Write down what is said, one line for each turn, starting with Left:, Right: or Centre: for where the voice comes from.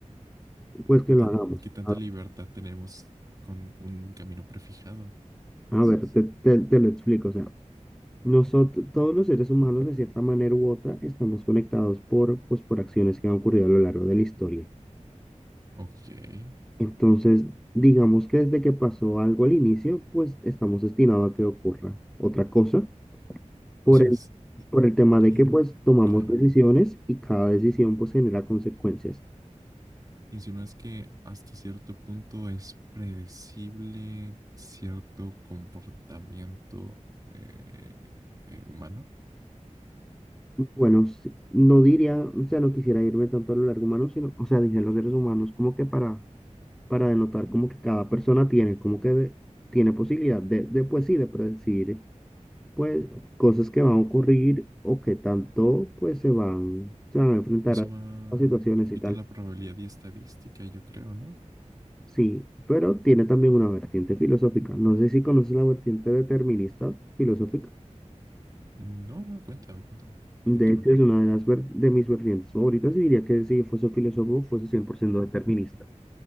Right: Pero
Centre: pues que
Right: ¿qué tan,
Centre: lo hagamos.
Right: qué tanta
Centre: A,
Right: libertad tenemos con un camino prefijado? Entonces,
Centre: a ver, te, te te lo explico, o sea. Nosotros, todos los seres humanos, de cierta manera u otra, estamos conectados por, pues, por acciones que han ocurrido a lo largo de la historia.
Right: ok.
Centre: Entonces, digamos que desde que pasó algo al inicio, pues estamos destinados a que ocurra otra cosa por
Right: O sea,
Centre: el,
Right: es, y-
Centre: por el tema de
Right: y-
Centre: que pues tomamos
Right: claro,
Centre: decisiones y cada decisión pues genera consecuencias.
Right: insinúas que hasta cierto punto es predecible cierto comportamiento eh, eh, humano.
Centre: Bueno, sí, no diría, o sea, no quisiera irme tanto a lo largo humano, sino, o sea, dije los seres humanos como que para, para denotar como que cada persona tiene como que de- tiene posibilidad de, de pues sí, de predecir pues cosas que van a ocurrir o que tanto pues se van, se van a enfrentar
Right: Eso
Centre: a,
Right: va
Centre: a situaciones
Right: un poquito
Centre: y tal.
Right: a la probabilidad y estadística, yo creo, ¿no?
Centre: Sí, pero tiene también una vertiente filosófica. No sé si conoces la vertiente determinista filosófica.
Right: No, no, cuéntame, cuéntame.
Centre: De
Right: ¿De qué
Centre: hecho,
Right: va?
Centre: es una de las ver- de mis vertientes favoritas y diría que si yo fuese filósofo, fuese 100% determinista.